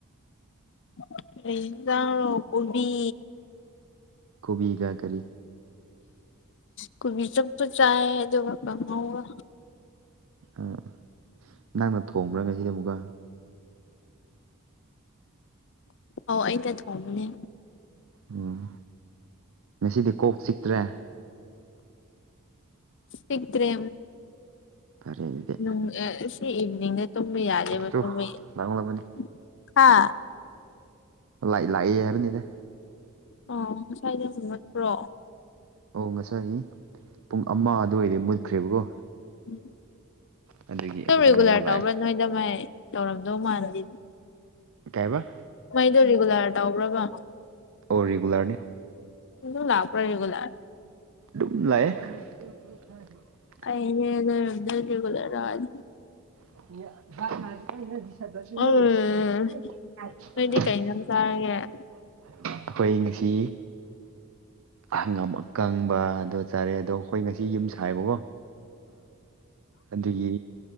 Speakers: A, on the left; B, on the right.
A: <unintelligible> ꯀꯣꯕꯤ
B: ꯀꯣꯕꯤꯒ ꯀꯔꯤ
A: ꯀꯨꯕꯤ ꯆꯕꯨꯠ ꯆꯥꯏꯌꯦ ꯑꯗꯨꯒ ꯀꯥꯡꯍꯧꯒ
B: ꯑꯥ ꯅꯪꯅ ꯊꯣꯡꯕ꯭ꯔꯥ ꯉꯁꯤꯗꯤ ꯑꯃꯨꯛꯀ
A: ꯑꯣ ꯑꯩꯩꯅ ꯊꯣꯡꯕꯅꯦ
B: ꯎꯝ ꯉꯁꯤꯗꯤ ꯀꯣꯛ ꯆꯤꯛꯇ꯭ꯔꯦ
A: ꯆꯤꯛꯇ꯭ꯔꯦ
B: ꯐꯔꯦ ꯑꯗꯨꯗꯤ
A: ꯅꯨꯡ-ꯑ-ꯁꯤ ꯏꯚꯤꯅꯤꯡꯗ ꯇꯨꯃꯤ ꯌꯥꯗꯦꯕ
B: ꯇꯨ
A: <unintelligible>
B: ꯂꯥꯡꯂꯕꯅꯤ
A: ꯍꯥ
B: ꯂ-ꯂꯥꯛꯏ ꯍꯥꯏꯕꯅꯤꯗ
A: ꯑ ꯉꯁ꯭ꯋꯥꯏꯗ ꯑꯃꯨꯛ ꯃꯨꯄ꯭ꯔꯣ
B: ꯑꯣ ꯉꯁꯥꯏ ꯄꯨꯡ ꯑꯃ ꯑꯗꯨꯋꯥꯏꯗ ꯃꯨꯠꯈ꯭ꯔꯦꯕꯀꯣ
A: ꯎꯝ
B: ꯑꯗꯨꯒꯤ
A: ꯑꯗꯨꯝ
B: ꯍꯧꯖꯤꯛꯅ
A: ꯔꯤꯒꯨꯂꯔ
B: ꯑꯃꯨꯛ
A: ꯇꯧꯕ꯭ꯔꯥ ꯅꯣꯏꯗꯣ ꯃꯥꯏ ꯇꯧꯔꯝꯗꯧ ꯃꯥꯟꯗꯦ
B: ꯀꯩꯑꯕ?
A: ꯅꯣꯏꯗꯣ ꯔꯤꯒꯨꯂꯔ ꯇꯧꯕ꯭ꯔꯕ?
B: ꯑꯣ ꯔꯤꯒꯨꯂꯔꯅꯤ꯫
A: ꯑꯗꯨꯝ ꯂꯥꯛꯄꯔ ꯔꯤꯒꯨꯂꯔ
B: ꯗꯨꯝ-ꯂꯥꯛ ꯑ꯫ <inaudible>
A: ꯑꯩꯅꯦ ꯅꯣꯏꯔꯣꯝꯗ ꯔꯤꯒꯨꯂꯔ ꯂꯥꯛꯑꯅꯤ꯫
B: <inaudible>
A: ꯎꯝ
B: <unintelligible>
A: ꯅꯣꯏꯗꯤ ꯀꯩ ꯏꯟꯖꯥꯡ ꯆꯥꯔꯒꯦ ꯑꯥ
B: ꯑꯩꯈꯣꯏ ꯉꯁꯤ ꯍꯪꯒꯥꯝ ꯑꯀꯪꯕ ꯑꯗꯣ ꯆꯥꯔꯦ ꯑꯗꯣ ꯑꯩꯈꯣꯏ ꯉꯁꯤ ꯌꯨꯝ ꯁꯥꯏꯕꯀꯣ ꯑꯗꯨꯒꯤ